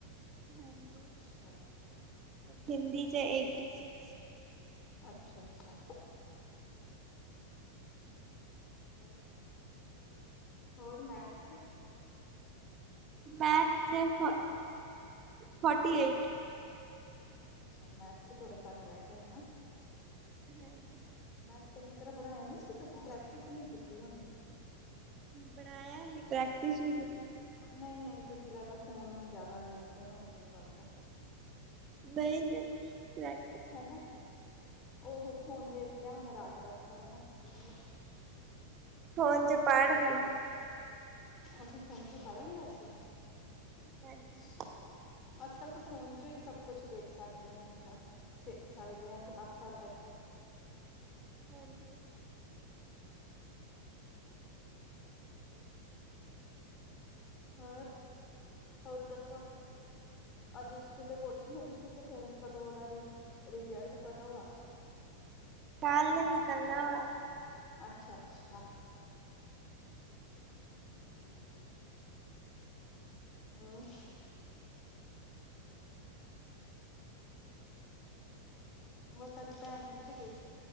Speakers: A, on the right; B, on the left.
A: ਹਾਂਜੀ
B: ਅੱਛਾ।
A: ਹਿੰਦੀ 'ਚ ਏਟੀ-ਸਿਕਸ।
B: ਅੱਛਾ-ਅੱਛਾ। ਹੋਰ, ਹੋਰ ਮੈਥ'ਚ
A: ਮੈਥ 'ਚ ਫ ਫੋਰਟੀ ਏਟ
B: ਅੱਛਾ-ਅੱਛਾ ਮੈਥ ਚ ਥੋੜੇ ਘੱਟ ਰਹਿ ਗਏ ਹਨਾ।
A: ਹਾਂਜੀ।
B: ਮੈਥਸ ਚੰਗੀ ਤਰ੍ਹਾਂ ਬਣਾਇਆ ਨੀ ਸੀ ਤੁਸੀਂ? ਪ੍ਰੈਕਟਿਸ ਨਈ ਕੀਤੀ ਹੋਣੀ ਤੁਸੀਂ?
A: ਪਣਾਇਆ ਹੀ, ਪ੍ਰੈਕਟਿਸ ਵੀ ਕੀਤੀ ਸੀ।
B: ਨਈ-ਨਈ ਤੁਸੀਂ ਲੱਗਦਾ, ਫੋਨ ਹੁਣ ਜਾਦਾ ਵੇਖਦੇ ਹੋਣੇ, ਮੈਨੂੰ ਲੱਗਦਾ।
A: ਨਈ-ਨਈ ਪ੍ਰੈਕ
B: ਹਨਾ? ਔਹ ਹੋ ਫੋਨ ਵੇਖ ਲਿਆ ਹੋਣਾ ਰਾਤ-ਰਾਤ ਪਰ ਨਾ ਇਸ ਲਿਏ।
A: ਫੋਨ ਚ ਪੜ ਰੀ ਹੀ।
B: ਅੱਛਾ ਫੋਨ ਚ ਪੜਨ ਰੇਸੀ? ਅੱਛਾ।
A: ਹਾਂਜੀ
B: ਅੱਜ ਕੱਲ੍ਹ ਤਾਂ ਫੋਨ ਚੋਂ ਈ, ਸਭ ਕੁਛ ਦੇਖ ਸਕਦੇ ਆ ਜਿੱਦਾਂ। ਸਿੱਖ ਸਕਦੇ ਆ ਕਲਾਸਾਂ ਲੈ ਕੇ।
A: ਹਾਂਜੀ।
B: ਹੋਰ, ਹੋਰ ਦੱਸੋ? ਅੱਜੇ ਸਕੂਲੇ ਵੋਟਿੰਗ ਹੋਈ ਸੀ, ਤੇ ਫਿਰ ਕਦੋਂ, ਔਦਾ ਰਿਜਲਟ ਕਦੋਂ ਆ?
A: ਕੱਲ ਈ ਨਿਕਲਨਾ ਵਾ।
B: ਅੱਛਾ-ਅੱਛਾ। ਕੱਲ ਨਿਕਲਣਾ, ਹੋਰ? ਹੋਰ ਤੁਆਡੀ ਭੈਣ ਕਿੱਥੇ ਗਈ?